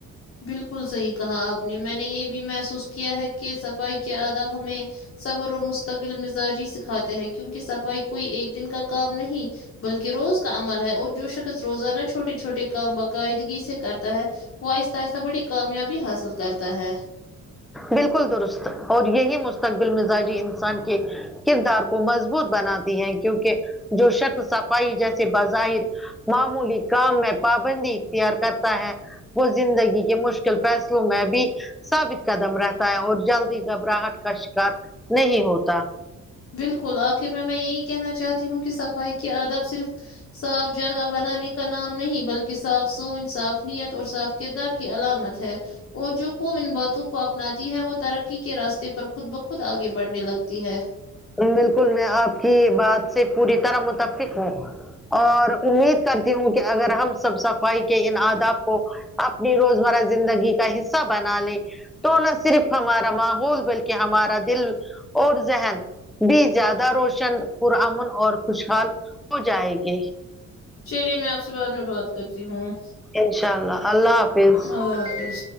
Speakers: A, on the left; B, in the centre.
A: بالکل صحیح کہا آپ نے میں نے یہ بھی محسوس کیا ہے کہ صفائی کے آدب ہمیں صبر اور مستقل مزاجی سکھاتے ہیں کیونکہ صفائی کوئی ایک دن کا کام نہیں بلکہ روز کا عمل ہے اور جو شخص روزانہ چھوٹے چھوٹے کام باقاعدگی سے کرتا ہے وہ آہستہ آہستہ بڑی کامیابی حاصل کرتا ہے
B: بالکل درست اور یہی مستقبل مزاجی انسان کے کردار کو مضبوط بناتی ہیں کیونکہ جو شخص صفائی جیسے بظاہر معمولی کام میں پابندی اختیار کرتا ہے وہ زندگی کے مشکل فیصلوں میں بھی ثابت قدم رہتا ہے اور جلدی گھبراہٹ کا شکار نہیں ہوتا
A: بالکل آخر میں میں یہی کہنا چاہتی ہوں کہ صف ائی کے آداب صرف صاف جگہ بنانے کا نام نہیں بلکہ صاف سوچ صاف نیت اور صاف کردار کی علامت ہے اور جو قوم ان باتوں کو اپناتی ہے وہ ترقی کے راستے پر خود بخود آگے بڑھنے لگتی ہے
B: بالکل میں آپ کی بات سے پوری طرح متفق ہوں اور امید کرتی ہوں کہ اگر ہم سب صفائی کے ان آداب کو اپنی روزمرہ زندگی کا حصہ بنا لیں تو نہ صرف ہمارا ماحول بلکہ ہمارا دل اور ذہن بھی زیادہ روشن پرامن اور خوشحال ہو جائے گی
A: چلیے میں آپ سے بعد میں بات کرتی ہوں
B: انشاءاللہ اللہ حافظ
A: اللہ حافظ